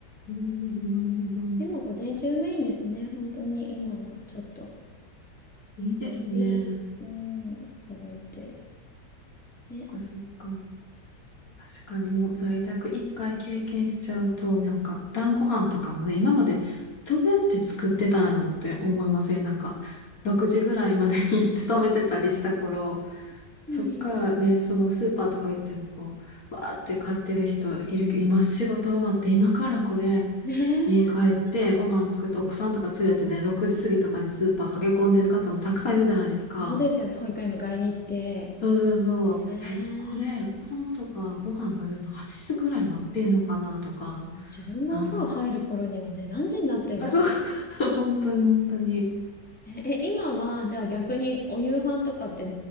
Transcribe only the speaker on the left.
なるほど、なるほど。
いいですね。
そっか、
そっか。確かにもう在宅一回経験しちゃうと、なんか晩ご飯とかもね、今までどうやって作ってたんだろうって思いませんなんか、6時ぐらいまでに <laughs> 勤めてたりした頃、
そっからね、そのスーパーとか行ってもこう、わーって買ってる人いるけど、今仕事終わって、今からこれ、
家帰ってご飯作って奥さんとか連れてね、6時過ぎとかにスーパー駆け込んでる方もたくさんいるじゃないですか。
そうそうそう。
え、これ、子供とかご飯食べるの8時くらいになってんのかなとか、
なんか、
あ、そう、<laughs> 本当に本当に。